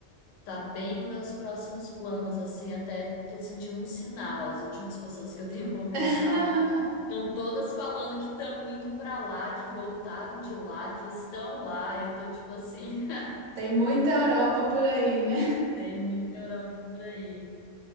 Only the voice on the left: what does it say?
tá bem nos meus próximos planos, assim, até tô sentindo um sinal. As últimas pessoas que eu tenho <laughs> conversado
Estão todas falando que estão indo pra lá, que voltaram de lá, que estão lá. E eu tô tipo assim, <laughs>
tem muita Europa por aí.